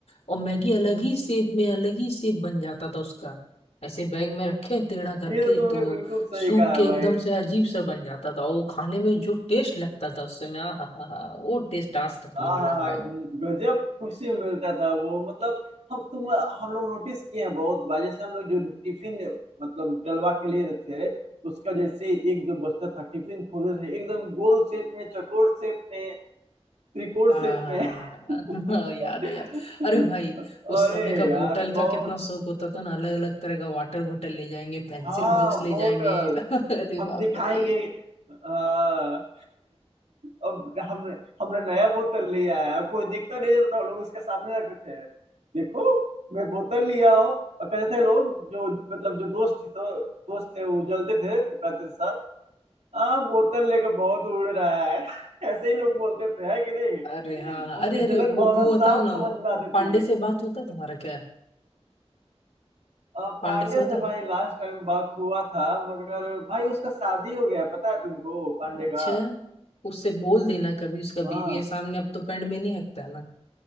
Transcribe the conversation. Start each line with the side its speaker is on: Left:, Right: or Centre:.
Left: और मैगी अलग ही शेप में अलग ही शेप बन जाता था उसका ऐसे बैग में रखे टेढ़ा करके
Right: ये तो तुमने
Left: तो
Right: बिल्कुल सही
Left: सूख
Right: कहा
Left: के
Right: भाई
Left: एकदम से अजीब सा बन जाता था और वो खाने में जो टेस्ट लगता था उससे मैं आहा हा हा वो टेस्ट आज तक
Right: हाँ
Left: नहीं मिला
Right: हाँ हाँ
Left: भाई
Right: गजब खुशी मिलता था वो मतलब हम तुम हम लोग नोटिस किए हैं बहुत बार जैसे हम लोग जो टिफिन मतलब डलवा के लिए थे उसका जैसे एक दो बस्ता था टिफिन खोले थे एकदम गोल शेप में चौकोर शेप में त्रिकोण
Left: हाँ
Right: शेप में <laughs>
Left: <laughs> याद है यार अरे भाई उस
Right: अरे
Left: समय का
Right: यार
Left: बोतल
Right: बहुत
Left: का कितना शौक होता था ना अलग अलग तरह का वाटर बोतल ले जाएंगे पेंसिल
Right: हाँ
Left: बॉक्स ले
Right: बोतल
Left: जाएंगे <laughs> अरे
Right: हम
Left: बाप
Right: दिखाएंगे
Left: रे
Right: हाँ अब हम हमने नया बोतल लिया है अब कोई देखता नहीं था तो हम लोग उसके सामने रखते थे देखो मैं बोतल लिया हूँ और कहते थे लोग जो मतलब जो दोस्त थे तो दोस्त थे वो जलते थे तो कहते थे साहब हाँ बोतल लेकर बहुत उड़ रहा है <laughs> ऐसे ही लोग बोलते थे है कि नहीं
Left: अरे हाँ
Right: उनकी
Left: अरे अरे
Right: जलन
Left: वो
Right: भावना
Left: वो
Right: साफ
Left: बताओ ना
Right: समझ
Left: वो
Right: में आती थी
Left: पांडे से बात होता है तुम्हारा क्या
Right: अ,
Left: पांडे
Right: पांडे
Left: से होता
Right: से भाई
Left: है
Right: लास्ट टाइम बात हुआ था मगर भाई उसका शादी हो गया पता है तुमको पांडे
Left: अच्छा
Right: का
Left: उससे बोल देना कभी उसका बीवी
Right: हाँ
Left: है सामने अब तो पेंड में नहीं हकता ना